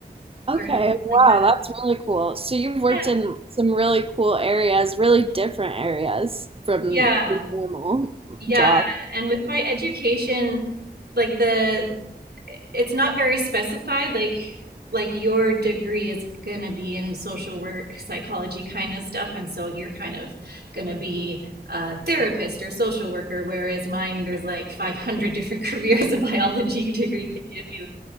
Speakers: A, on the right; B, on the right.
A: Okay.
B: or anything
A: Wow,
B: like that.
A: that's really cool. So you've worked
B: Yeah,
A: in some really cool areas, really different areas from
B: yeah,
A: the normal
B: yeah.
A: job.
B: And with my education, like the it's not very specified like like your degree is going to be in social work psychology kind of stuff and so you're kind of going to be a therapist or social worker whereas mine there's like 500 different <laughs> careers a biology degree could give you